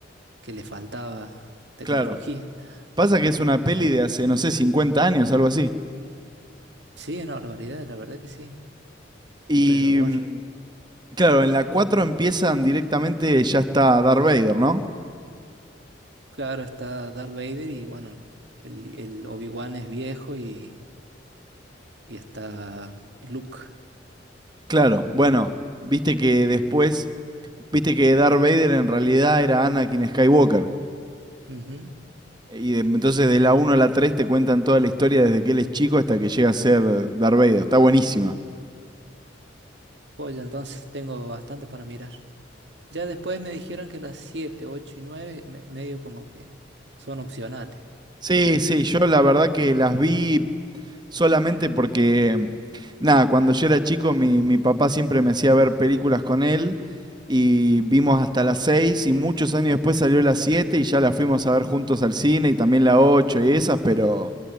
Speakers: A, on the right; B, on the right.
A: que le faltaba tecnología.
B: Claro.
A: <laughs>
B: Pasa que es una peli de hace, no sé, 50 años, algo así.
A: Sí, una barbaridad, la verdad que sí.
B: Y
A: Pero bueno,
B: mm, claro, en la 4 empiezan directamente, ya está Darth Vader, ¿no?
A: claro, está Darth Vader y bueno, el, el Obi-Wan es viejo y, y está Luke.
B: Claro, bueno, viste que después, viste que Darth Vader en realidad era Anakin Skywalker.
A: Ujú.
B: Y de- entonces de la uno a la 3 te cuentan toda la historia desde que él es chico hasta que llega a ser Darth Vader. Está buenísima.
A: Oye, entonces tengo bastante para mirar. Ya después me dijeron que las 7, 8 y 9 medio como que son opcionales.
B: Sí, sí, yo la verdad que las vi Solamente porque, nada, cuando yo era chico, mi, mi papá siempre me hacía ver películas con él y vimos hasta las 6 y muchos años después salió las 7 y ya la fuimos a ver juntos al cine y también la 8 y esas, pero,